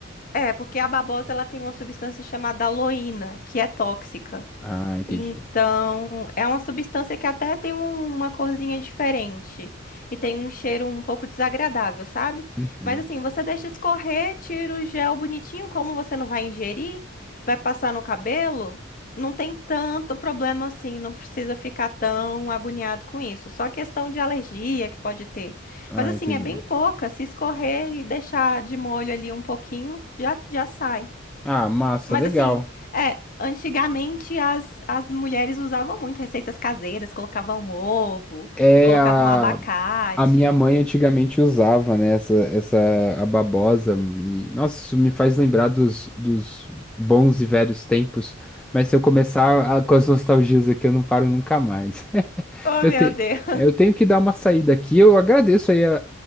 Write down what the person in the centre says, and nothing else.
Ah, entendi.
Uhum.
Ah,
entendi.
Ah, massa,
legal.
É
a
A minha mãe antigamente usava, né, essa, essa a babosa e nossa, isso me faz lembrar dos, dos bons e velhos tempos. Mas se eu começar a- com as nostalgias aqui, eu não paro nunca mais. <laughs>
Eu,
te,
eu tenho que dar uma saída aqui. Eu agradeço aí a,